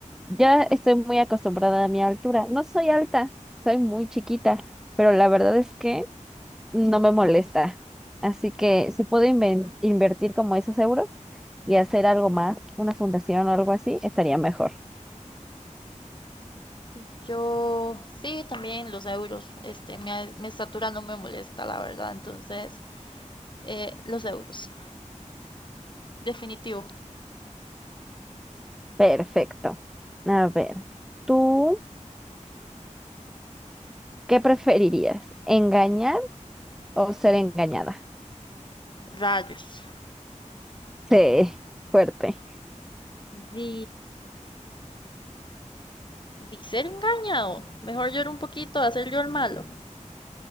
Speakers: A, in the centre; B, on the left.
A: ya estoy muy acostumbrada a mi altura. No soy alta, soy muy chiquita, pero la verdad es que no me molesta. Así que si puedo inven- invertir como esos euros y hacer algo más, una fundación o algo así, estaría mejor.
B: Y Yo, sí, también los euros. Este, mi, mi estatura no me molesta, la verdad. Entonces, eh, los euros. Definitivo.
A: Perfecto. A ver, ¿tú qué preferirías? ¿Engañar o ser engañada?
B: Rayos.
A: Sí, fuerte.
B: Di, di ser engañado. Mejor llorar un poquito, hacer yo el malo.